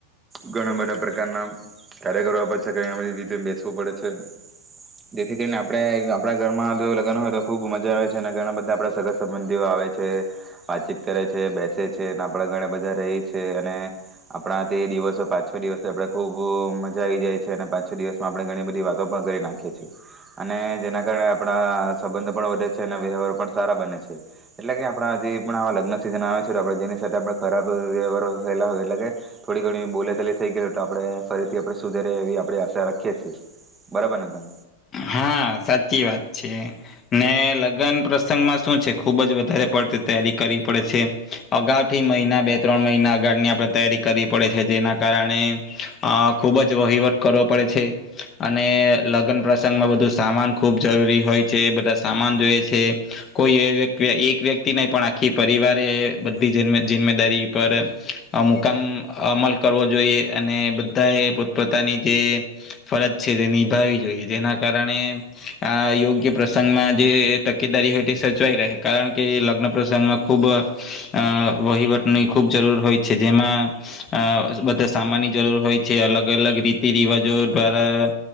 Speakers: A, on the right; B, on the left.
A: ઘણા બધા પ્રકારના કાર્ય કરવારો છે. બધી રીતે બેસવું પડે છે. જેથી કરીને આપડે આપણા ઘરમાં જો લગ્ન હોય તો ખુબ મજા આવે છે. અને ઘણા બધા આપણા સગા સંબંધીઓ આવે છે. વાતચીત કરે છે. બેસે છે આપડા ઘરે બધા રહી છે. અને આપણા તે દિવસો પાંચ છ દિવસ આપણે ખૂબ મજા આવી જાય છે. અને પાંચ, છ દિવસમાં આપણે ઘણી બધી વાતો પણ કરી નાખીએ છીએ. અને જેના કારણે આપણા સંબંધ પણ વધે છે. અને વ્યવહારો પણ સારા બને છે. એટલે કે આપણા જે પણ આવા લગ્ન સિઝન આવે છે તો આપણે જેની સાથે આપણે ખરાબ વ્યવહારો થયેલા હોય એટલે કે થોડી ઘણી બોલા ચાલી થઈ ગય તો આપણે ફરીથી આપડણે સુધરે એવી આપણે આશા રાખીએ છીએ બરાબર ને તમે!
B: હા સાચી વાત છે. ને લગ્ન પ્રસંગમાં શું છે. ખુબ જ વધારે પડતી તૈયારી કરવી પડે છે. અગાઉ થી મહિના બે ત્રણ મહિના અગળની આપણે તૈયારી કરવી પડે છે. જેના કારણે અ ખુબ જ વહીવટ કરવો પડે છે. અને લગ્ન પ્રસંગ બધું સામાન ખૂબ જરૂરી હોય છે. બધા સામાન જોઈએ છે. કોઈ એક વ્યક્તિ નહી પણ આખી પરિવારે બધી જિમ્મેદારી પર મુકામ અમલ કરવો જોઈએ અને બધા એ પોત પોતાની જે ફરજ છે તે નિભાવવી જોઈએ જેના કારણે આ યોગ્ય પ્રસંગમાં જે તકેદારી હોય તે સચવાઈ રહે. કારણ કે લગ્ન પ્રસંગમાં ખૂબ અ વહીવટની ખૂબ જરૂર હોય છે. જેમાં અ બધા સામાનની જરૂર હોય છે. અલગ અલગ રીતિ રિવાજો દ્વારા